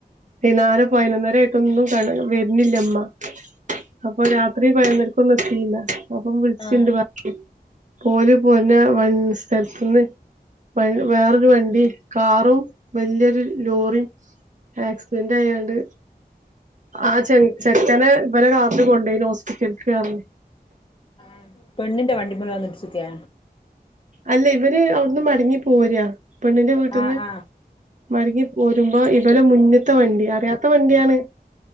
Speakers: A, on the right; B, on the left.
A: വൈന്നാരം പയിനൊന്നര ആയിട്ടൊന്നും വര്നില്ല ഇമ്മ അപ്പൊ രാത്രി പയിന്നൊരക്കൊന്നും എത്തീല്ല അപ്പം വിൾച്ചീണ്ട്
B: ആഹ്
A: പ പോര് പോര്നെ വൻസ് സ്ഥൽത്ത്ന്ന് വ വേറൊരു വണ്ടി കാറും വല്ല്യോരു ലോറിം ആക്സിഡന്റ് ആയാണ്ട് ആ ചെ ചെക്കനെ ഇവലെ കാർല് കൊണ്ടയിന് ഹോസ്പിറ്റൽക്ക് പർഞ്ഞ്
B: ഉം പെണ്ണിന്റെ വണ്ടിമല് വന്ന് ഇട്‌ച്ചക്കെ
A: അല്ല ഇവര് അവ്ട്ന്ന് മടങ്ങി പോരാ പെണ്ണിന്റെ വീട്ടിന്ന്
B: ആഹ് ആഹ്
A: മടങ്ങി പോരുമ്പോ ഇപല മുന്ന്ത്തെ വണ്ടി അറിയാത്ത വണ്ടിയാണ്